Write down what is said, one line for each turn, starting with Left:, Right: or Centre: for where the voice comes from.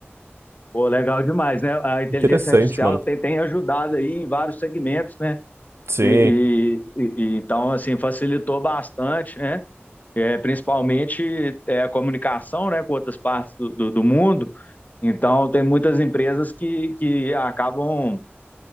Left: Pô, legal demais, né? A inteligência
Right: Interessante,
Left: artificial
Right: mano.
Left: tem, tem ajudado aí em vários segmentos, né?
Right: Sim,
Left: E, e, e- e então, assim, facilitou bastante, né? é, principalmente é, a comunicação, né, com outras partes do, do, do mundo. Então, tem muitas empresas que, que acabam